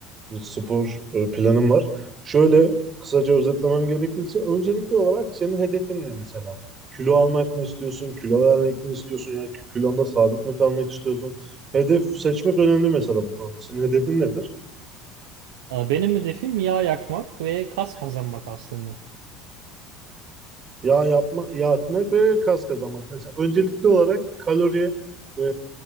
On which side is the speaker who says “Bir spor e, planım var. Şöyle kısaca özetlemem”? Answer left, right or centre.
Right